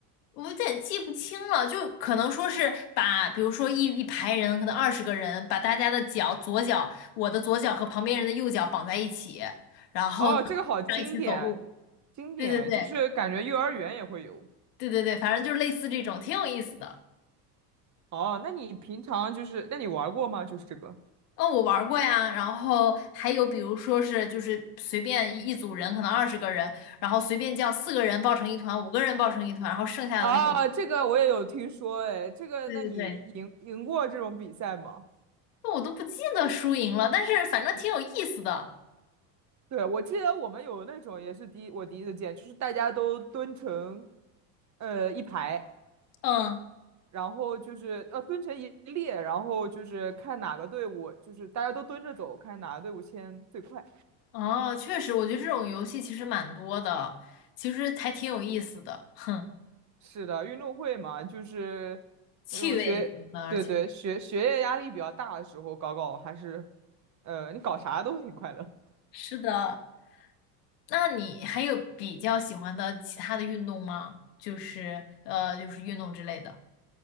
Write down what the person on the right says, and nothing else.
哦，这个好经典，
经典，
就是感觉幼儿园也会有。
哦，那你平常就是，那你玩过吗？就是这个。
啊，这个我也有听说，哎，这个，
那你赢赢过这种比赛吗？
对，我记得我们有那种也是第一，我第一次见，就是大家都蹲成呃一排，
然后就是呃蹲成一列，然后就是看哪个队伍，就是大家都蹲着走，看哪个队伍先最快。
是的，运动会嘛，就是
那种学，
对对，学学业压力比较大的时候搞搞，还是呃你搞啥都挺快乐。